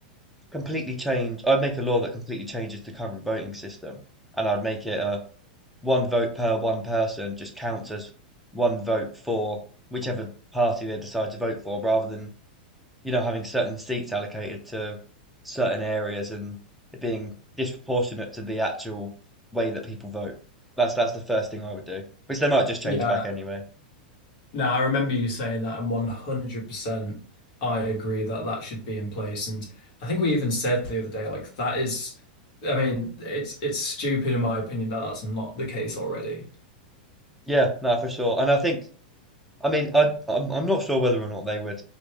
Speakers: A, in the centre; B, on the left (about 55°).
A: completely change. I'd make a law that completely changes the current voting system, and I'd make it a one vote per one person just counts as one vote for whichever party they decide to vote for, rather than you know having certain seats allocated to certain areas and it being disproportionate to the actual way that people vote. That's that's the first thing I would do, which they might just change
B: Yeah,
A: back anyway.
B: No, I remember you saying that, and 100% I agree that that should be in place. And I think we even said the other day, like that is, I mean, it's it's stupid in my opinion that that's not the case already.
A: Yeah, no, for sure. And I think. I mean, I, I'm I'm not sure whether or not they would